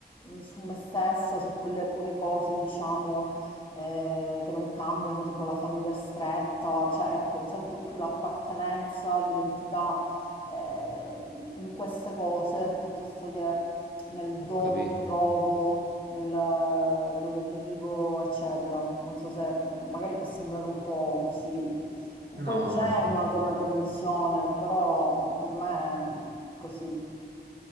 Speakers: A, on the left; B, on the right.
A: mm, su me stessa, su quelle poche cose, diciamo, eh, che non cambiano, tipo la famiglia stretta, cioè ecco, sento più l'appartenenza, l'identità eh, in queste cose piuttosto che nel dove
B: Ho capito.
A: mi trovo, nel dove vivo, eccetera. Non so se mh, magari può sembrare un po' così un
B: No,
A: po' ingenua
B: no.
A: come, come visione, però per me è così.